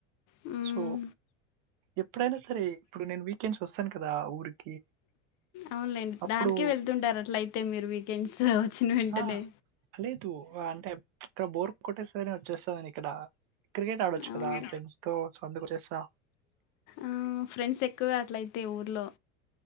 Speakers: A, on the left (about 45°); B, on the right (about 55°).
A: హ్మ్.
B: సో ఎప్పుడైనా సరే ఇప్పుడు నేను వీకెండ్స్ వస్తాను కదా ఊరికి
A: అవునులేండి
B: అప్పుడు
A: దానికే వెళ్తుంటారు అట్ల అయితే మీరు వీకెండ్స్ వచ్చిన వెంటనే
B: ఆ, లేదు అంటే ఇక్కడ బోర్ కొట్టేసని వచ్చేస్తాని ఇక్కడ క్రికెట్ ఆడొచ్చు
A: అవును.
B: కదా ఫ్రెండ్స్ తో స వచ్చస్తా
A: ఆ ఫ్రెండ్స్ ఎక్కువే అట్లయితే ఊర్లో